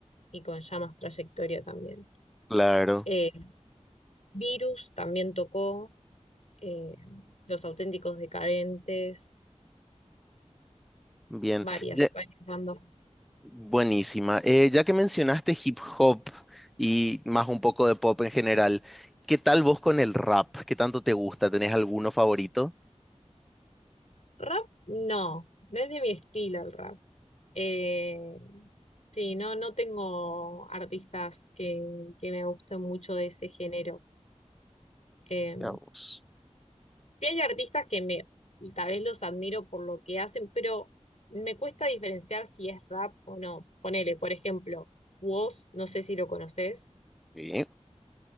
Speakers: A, on the left; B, in the centre.
A: y con ya más trayectoria también.
B: claro,
A: Eh, Virus también tocó, eh, Los Auténticos Decadentes,
B: bien.
A: varias,
B: Ya-
A: varias bandas
B: buenísima. Eh, ya que mencionaste hip hop y más un poco de pop en general, ¿qué tal vos con el rap? ¿Qué tanto te gusta? ¿Tenés alguno favorito?
A: Rap, no, no es de mi estilo el rap. Eh, sí, no, no tengo artistas que, que me gusten mucho de ese género. Eh,
B: Veamos.
A: sí hay artistas que me, tal vez los admiro por lo que hacen, pero me cuesta diferenciar si es rap o no. Ponele, por ejemplo, Wos, no sé si lo conoces,
B: Sí.